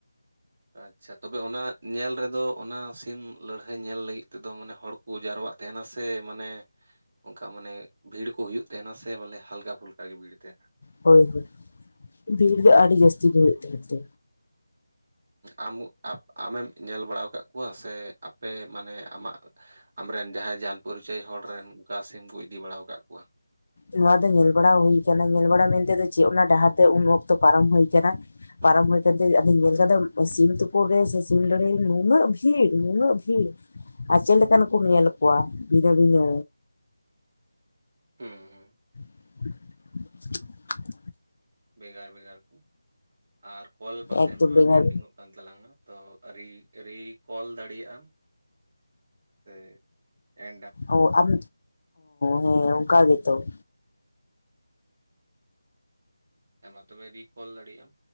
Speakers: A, on the right (about 35°); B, on the left (about 45°).
A: ᱟᱪᱪᱷᱟ ᱛᱚᱵᱮ ᱚᱱᱟ ᱧᱮᱞ ᱨᱮᱫᱚ ᱚᱱᱟ ᱥᱤᱢ ᱞᱟᱹᱲᱦᱟᱹᱭ ᱧᱮᱞ ᱞᱟᱹᱜᱤᱫ ᱛᱮᱫᱚ ᱢᱟᱱᱮ ᱦᱚᱲ ᱠᱚ ᱡᱟᱨᱣᱟᱜ ᱛᱟᱦᱮᱸᱱᱟ ᱥᱮ ᱢᱟᱱᱮ ᱚᱱᱠᱟ ᱢᱟᱱᱮ ᱵᱷᱤᱲ ᱠᱚ ᱦᱩᱭᱩᱜ ᱛᱟᱦᱮᱸᱱᱟ ᱥᱮ, ᱵᱚᱞᱮ ᱦᱟᱞᱠᱟ ᱯᱩᱞᱠᱟ ᱜᱮ ᱵᱷᱤᱲ ᱛᱟᱦᱮᱸᱱᱟ?
B: ᱦᱳᱭ ᱦᱳᱭ ᱵᱷᱤᱲ ᱫᱚ ᱟᱹᱰᱤ ᱡᱟᱹᱥᱛᱤ ᱜᱮ ᱦᱩᱭᱩᱜ ᱛᱟᱦᱮᱸᱱᱟ ᱛᱚ᱾
A: ᱟᱢ ᱟᱢᱮᱢ ᱧᱮᱞ ᱵᱟᱲᱟ ᱟᱠᱟᱫ ᱠᱚᱣᱟ ᱥᱮ ᱟᱯᱮ? ᱢᱟᱱᱮ ᱟᱢᱟᱜ ᱟᱢᱨᱮᱱ ᱡᱟᱦᱟᱸᱭ ᱡᱟᱱ ᱯᱚᱨᱤᱪᱚᱭ ᱦᱚᱲ ᱨᱮᱱ ᱚᱱᱠᱟ ᱥᱤᱢᱠᱩ ᱤᱫᱤ ᱵᱟᱲᱟ ᱟᱠᱟᱫ ᱠᱚᱣᱟ?
B: ᱱᱚᱣᱟ ᱫᱚ ᱧᱮᱞ ᱵᱟᱲᱟ ᱦᱩᱭ ᱠᱟᱱᱟ ᱧᱮᱞ ᱵᱟᱲᱟ ᱢᱮᱱᱛᱮ ᱫᱚ ᱪᱮᱫ, ᱚᱱᱟ ᱰᱟᱦᱟᱨ ᱛᱮ ᱩᱱ ᱚᱠᱛᱚ ᱯᱟᱨᱚᱢ ᱦᱩᱭ ᱠᱟᱱᱟ᱾
A: ᱦᱩᱸ
B: ᱯᱟᱨᱚᱢ ᱦᱩᱭ ᱠᱟᱱᱛᱮ ᱧᱮᱞ ᱠᱟᱛᱮᱜ ᱥᱤᱢ ᱛᱳᱯᱳᱜ ᱨᱮ ᱥᱮ ᱥᱤᱢ ᱞᱟᱲᱦᱟᱹᱭ ᱨᱮ, ᱱᱩᱱᱟᱹ ᱵᱷᱤᱲ ᱱᱩᱱᱟᱹ ᱵᱷᱤᱲ᱾ ᱟᱨ ᱪᱮᱫ ᱞᱮᱠᱟᱱ ᱠᱚᱢ ᱧᱮᱞ ᱠᱚᱣᱟ ᱵᱷᱤᱱᱟᱹ ᱵᱷᱤᱱᱟᱹ᱾
A: ᱦᱮᱸᱻᱦᱮᱸᱻ᱾
B: <unintelligible>
A: ᱵᱷᱮᱜᱟᱨ ᱵᱷᱮᱜᱟᱨ ᱠᱚ, ᱟᱨ ᱠᱚᱞ ᱯᱟᱥᱮᱡ
B: ᱮᱠᱫᱚᱢ
A: ᱱᱚᱣᱟ
B: ᱵᱷᱮᱜᱟᱨ
A: ᱮᱱᱰᱤᱝᱚᱜ ᱛᱟᱞᱟᱝᱟ ᱛᱚ ᱟᱹᱨᱤ ᱟᱹᱨᱤ ᱠᱚᱞ ᱫᱟᱲᱮᱭᱟᱜᱼᱟᱢ ᱾ <unintelligible>
B: ᱚ ᱟᱢ ᱦᱮᱸ ᱚᱱᱠᱟ ᱜᱮᱛᱚ ᱾
A: ᱦᱮᱸ ᱢᱟ ᱛᱚᱵᱮ ᱨᱤᱠᱚᱞ ᱫᱟᱲᱮᱭᱟᱜᱼᱟᱢ᱾